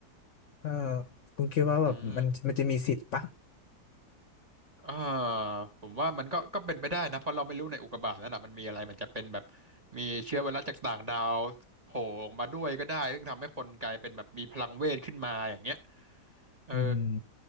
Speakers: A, on the left; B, on the right.
A: เออคุณคิดว่าแบบมันมันจะมีสิทธิ์ปะ
B: อืมอ่าผมว่ามันก็ก็เป็นไปได้นะเพราะเราไม่รู้ในอุกกาบาตนั่นน่ะมันมีอะไรมันจะเป็นแบบมีเชื้อไวรัสจากต่างดาวโผล่ออกมาด้วยก็ได้ซึ่งทำให้คนกลายเป็นแบบมีพลังเวทขึ้นมาอย่างเงี้ยเออ
A: อืม